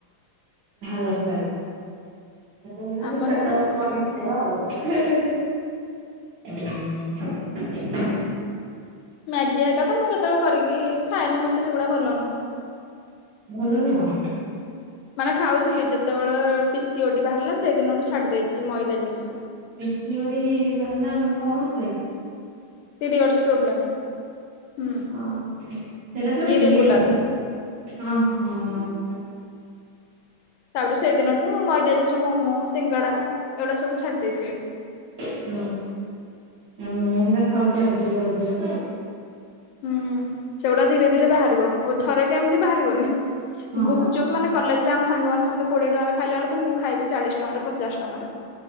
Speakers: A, on the right; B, on the left.
A: ଦରକାର <unintelligible> କେତେ ହଇରାଣ
B: ଆମ
A: ହେବି ଚାରିଟା
B: ହୁଁ
A: ବେଳକୁ ବନେଇକି ଖାଇବା ଆଉ ହେଁ ହେଁ ହେଁ ହୁଁ <unintelligible>
B: ମ୍ୟାଗି ଏକା ତ ମୁଁ କେତେବେଳେ କରିକି ଖାଏନି ମତେ ସେଗୁଡା ଭଲ ନୁହଁ
A: ଭଲ ନୁହଁ
B: ମାନେ ଖାଉଥିଲି ଯେତେବେଳେ ପିସିି ଓଡ଼ି ବାହାରିଲା ସେଦିନଠୁ ଛାଡି ଦେଇେଇଛି ମଇଦା ଜିନିଷ
A: ଏସିଡି ବାହାରିଲା ମାନେ କଣ ହଉଛି କି
B: ପିରିୟଡ଼ସ ପ୍ରୋବ୍ଲେମ୍ ହୁଁ
A: ଓହ ସେ ଯ
B: ଇରେଗୁଲାର
A: ଇଏ କଣ ମ ଓହ ଆଛା <inaudible>
B: ତାପରେ ସେଇଦିନଠୁ ମଇଦା ଜିନିଷ ମୋମୋ ସିଙ୍ଗଡା ଏଗୁଡା ସବୁ ଛାଡି ଦେଇଥିଲି
A: ହୁଁ ମୁଁ ସେଇଟା ଖାଉଛି ଅଧିକରୁୁ ଅଧିକ ତ
B: ହୁଁ ସେଗୁଡା ଧୀରେ ଧୀରେ ବାହାରିବ ଥରେ କେ ଏମିତି ବାହାରିବନି
A: ହଁ
B: ଗୁପ
A: ବା
B: ଚୁପ୍ ମାନେ କଲେଜ ଆମ ସାଙ୍ଗମାନେ ସମସ୍ତେ କୋଡିଏ ଟଙ୍କାର ର ଖାଇଲା ବେଳକୁ ମୁଁ ଖାଇବି ଚାଳିଶ ଟଙ୍କାର ପଚାଶ ଟଙ୍କାର